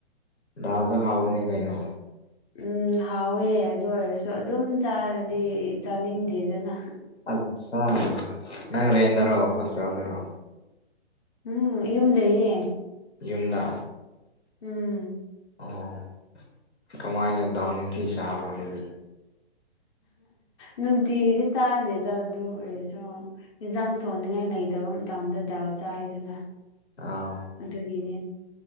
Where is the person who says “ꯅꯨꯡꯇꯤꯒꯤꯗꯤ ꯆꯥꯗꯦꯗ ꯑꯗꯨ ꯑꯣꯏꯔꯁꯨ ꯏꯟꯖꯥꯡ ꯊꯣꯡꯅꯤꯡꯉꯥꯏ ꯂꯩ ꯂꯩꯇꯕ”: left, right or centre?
Left